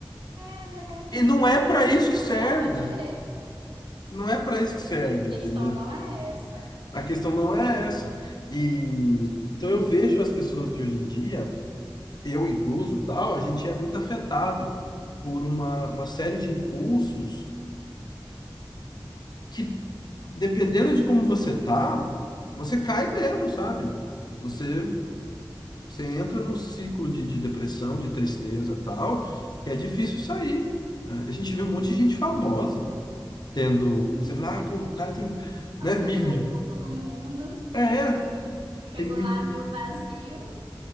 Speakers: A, on the right; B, on the left.
A: é aquela questão,
B: E não é para isso
A: tu
B: que
A: não
B: serve.
A: pode, é,
B: Não é para isso que serve,
A: questão
B: entendeu?
A: não é essa.
B: A questão não é essa. E então eu vejo as pessoas de hoje em dia, eu incluso, tal, a gente é muito afetado por uma, uma série de impulsos que dependendo de como você tá, você cai mesmo, sabe? Você, você entra num ciclo de, de depressão, de tristeza e tal, que é difícil sair. É, A gente vê um monte de gente famosa tendo.
A: Hum.
B: Você fala, ah, pô, o cara tem,
A: Alcançou
B: né, milho.
A: o topo do mundo
B: É, é,
A: e chegou
B: tem milho.
A: lá, viu o vazio,